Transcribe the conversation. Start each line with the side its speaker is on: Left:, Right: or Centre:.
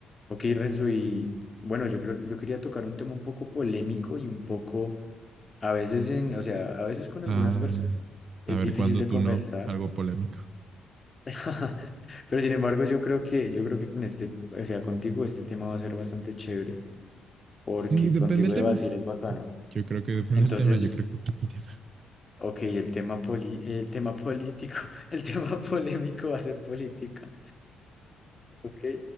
Left: Ok, Renzo, y bueno, yo creo que yo quería tocar un tema un poco polémico y un poco, a veces en, o sea, a veces con algunas
Right: Ah,
Left: personas es
Right: a ver
Left: difícil
Right: cuándo
Left: de
Right: tú
Left: conversar,
Right: no, algo polémico.
Left: <laughs> pero sin embargo yo creo que, yo creo que con este, o sea, contigo este tema va a ser bastante chévere, porque
Right: Sí, depende
Left: contigo
Right: del
Left: debatir
Right: tema.
Left: es bacano.
Right: Yo creo que depende
Left: Entonces,
Right: del tema. Yo creo que depende del tema.
Left: ok, el tema poli- el tema político, <laughs> el tema polémico va a ser política, ok,